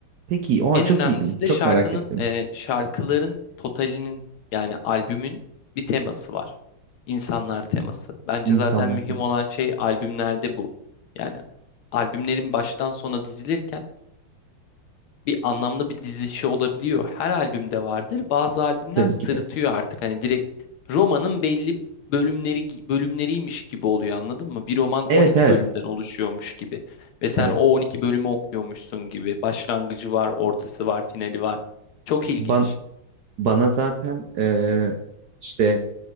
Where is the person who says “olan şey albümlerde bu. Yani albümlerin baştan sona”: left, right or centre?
Left